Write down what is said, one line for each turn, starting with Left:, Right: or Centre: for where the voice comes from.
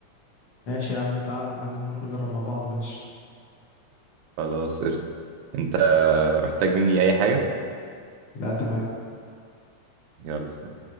Left: <laughs> ماشي يا عم تعال نروح نجرب مع بعض ماشي
Right: خلاص قشطة انت آه، محتاج مني اي حاجة
Left: لا تمام
Right: يلا سلام.